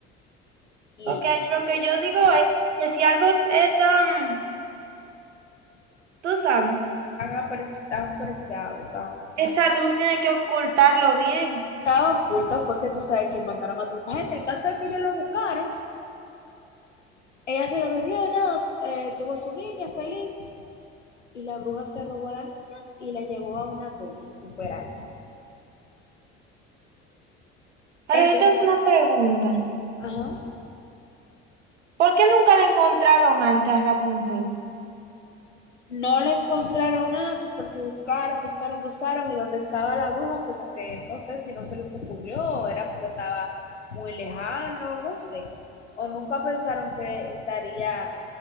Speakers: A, on the left (about 80°); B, on the right (about 80°).
A: y
B: Porque
A: ellos
B: ahí
A: se la
B: lo
A: llevaron.
B: que yo digo es que si algo es tan, tú sabes,
A: Tan, apre- tan apreciado, tan...
B: exacto, tú tienes que ocultarlo bien.
A: Estaba oculto, fue que tú sabes que mandaron a toda esa gente. El caso es que ellos lo buscaron, ella se lo bebió, nada, eh, tuvo a su niña feliz y la bruja se robó a la niña y la llevó a una torre súper alta.
B: Ahora
A: Entonces,
B: yo tengo una pregunta.
A: Ajá.
B: ¿Por qué nunca la encontraron antes a Rapunzel?
A: No le encontraron antes porque buscaron, buscaron, buscaron y donde estaba la bruja como que no sé si no se les ocurrió, o era porque estaba muy lejano, no sé. O nunca pensaron que estaría